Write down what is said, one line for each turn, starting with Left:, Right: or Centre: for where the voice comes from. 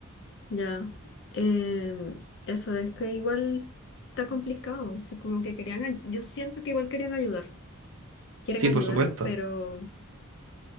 Left: Ya, em, eso es que igual está complicado, así como que querían, ay- yo siento que igual querían ayudar, quieren
Right: Sí,
Left: ayudar,
Right: por supuesto.
Left: pero